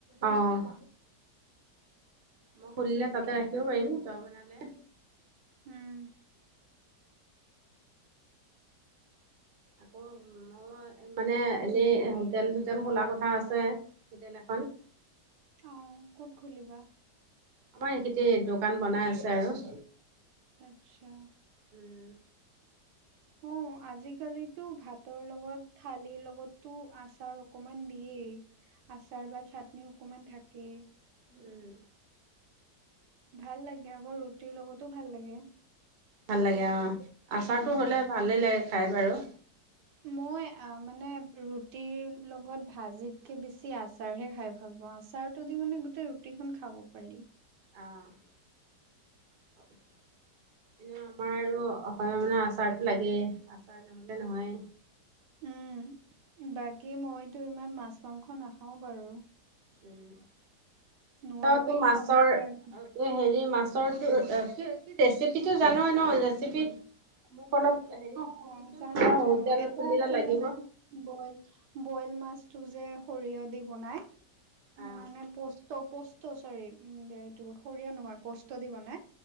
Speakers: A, on the right; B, on the right.
A: অঁ', মই খুলিলে
B: তাকে
A: তাতে ৰাখিব পাৰিম, তই বনালে।
B: উম।
A: আকৌ ম মই মানে এনেই হোটেল চোটেল খোলাৰ কথা আছে, হোটেল এখন।
B: অঁ, ক'ত খুলিবা?
A: আমাৰ এইখেতে দোকান বনাই আছে আৰু।
B: আচ্ছা।
A: উম।
B: অঁ, আজিকালিতো ভাতৰ লগত, থালিৰ লগতো আচাৰ অকমান দিয়েই। আচাৰ বা চাটনি অকমান থাকেই।
A: উম।
B: ভাল লাগে আকৌ ৰুটিৰ লগতো ভাল লাগে।
A: ভাল লাগে অঁ', আচাৰটো
B: উম
A: হ'লে ভালেই লাগে খাই বাৰু।
B: মই, আ মানে ৰুটিৰ লগত ভাজিতকে বেছি আচাৰহে খাই ভাল পাওঁ, আচাৰটো দি মানে গোটেই ৰুটিখন খাব পাৰি।
A: অঁহ, এনেও আমাৰ আৰু হ'লেও মানে আচাৰটো লাগেই, আচাৰ নহ'লে নহয়েই।
B: উম, বাকী মইতো ইমান মাছ মাংস নাখাওঁ বাৰু।
A: উম'
B: নোৱাৰোৱেই
A: তইতো মাছৰ-
B: খাবলৈ কাৰণে।
A: তোৰ হেৰি মাছৰটো ৰেচিপিটো জানাই ন' ৰেচিপি- মোক অলপ হেৰি
B: অ'
A: দিবিচোন,
B: অ', জানো
A: মই হোটেল
B: জানো এটা
A: খুলিলে
B: আছে
A: লাগিব।
B: মানে বইল, বইল মাছটো যে সৰিয়হ দি বনাই,
A: অ
B: মানে পৌচ- পস্তৌ পষ্ট চৰি উম' এইটো সৰিয়হ নহয় পস্তো দি বনাই,